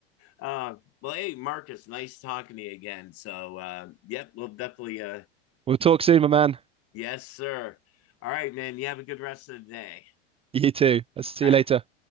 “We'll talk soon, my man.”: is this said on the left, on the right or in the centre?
Right